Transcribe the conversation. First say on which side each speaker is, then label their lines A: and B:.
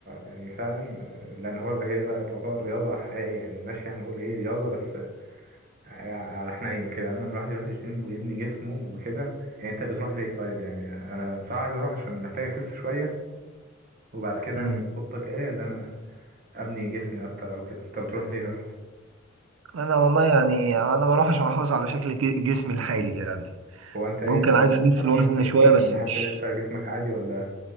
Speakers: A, on the right (about 45°); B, on the right (about 85°).
A: يعني فعلا آه، لأن هو الر- هي بقى تعتبر رياضة حقيقية يعني المشي هنقول إيه رياضة بس آه، على حنين كده أما الواحد يروح الجيم ويبني جسمه وكده يعني أنت بتروح ليه طيب يعني أنا بصراحة عايز أروح عشان محتاج أخس شوية وبعد كده
B: مم.
A: يعني خطتك إيه اللي أنا أبني جسمي أكتر أو كده أنت بتروح ليه ده؟
B: انا والله يعني انا بروح عشان احافظ على شكل ج- جسمي الحالي يعني
A: هو أنت إيه
B: ممكن
A: طيب
B: عايز ازيد
A: حاسس
B: في الوزن
A: إن أنت تخين
B: شويه بس
A: ولا
B: مش
A: حاسس إن أنت جسمك عادي ولا